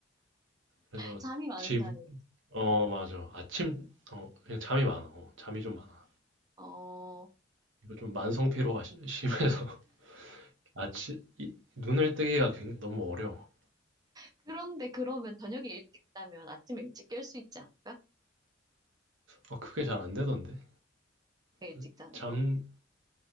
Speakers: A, on the right; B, on the right.
A: 그래서
B: 잠이 많은
A: 집,
B: 사람이
A: 어, 맞아. 아침, 어, 그냥 잠이 많아. 어, 잠이 좀 많아.
B: 어
A: 이거 좀 만성 피로가 시- 심해서. <laughs> 아침, 이- 눈을 뜨기가 굉- 너무 어려워.
B: 그런데 그러면 저녁에 일찍 자면 아침에 일찍 깰 수 있지 않을까?
A: 어, 그게 잘 안 되던데.
B: 일찍
A: 그
B: 자는
A: 잠,
B: 거.